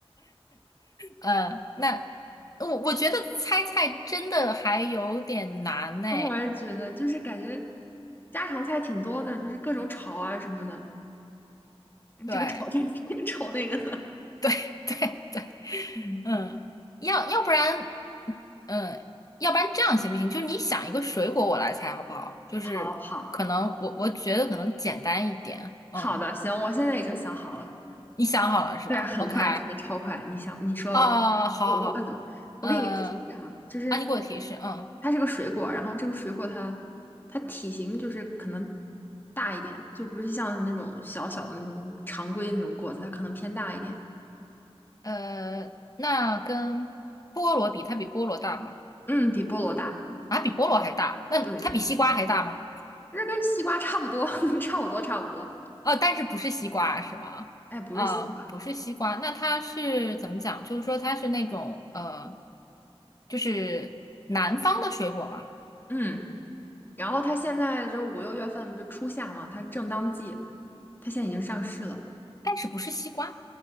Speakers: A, on the left (about 35°); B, on the left (about 20°).
A: 嗯，那我我觉得猜菜真的还有点难呢。
B: 嗯我也觉得，就是感觉家常菜挺多的，就是各种炒啊什么的，
A: 对
B: 这个炒 <laughs> 这个，<laughs> 那个炒那个的。
A: 对 <laughs> 对对，
B: 嗯，
A: 嗯，要要不然，嗯，要不然这样行不行？就是你想一个水果，我来猜好不好？就是可能我我觉得可能简单一点。
B: 好好
A: 嗯，
B: 好的，行，我现在已经想好了。
A: 你想好了是吧？OK，
B: 对，很快，真的超快。你想，你说吧，
A: 哦，好好好，
B: 我我呃，我给你个提示哈，
A: 嗯，
B: 就是
A: 啊，你给我提示，嗯。
B: 它是个水果，然后这个水果它它体型就是可能大一点，就不是像那种小小的那种常规那种果子，它可能偏大一点。
A: 呃，那跟菠萝比，它比菠萝大吗？
B: 嗯，比菠萝大。
A: 啊，比菠萝还大？那它比西瓜还大吗？
B: 对对，这跟西瓜差不多，<laughs> 差不多差不多。
A: 哦，但是不是西瓜是吗？
B: 哎，不是西瓜，
A: 啊，不是西瓜，那它是怎么讲？就是说它是那种呃，就是南方的水果嘛，
B: 嗯。然后它现在就是五六月份就初夏嘛，它正当季，它现在已经上市了。
A: 但是不是西瓜，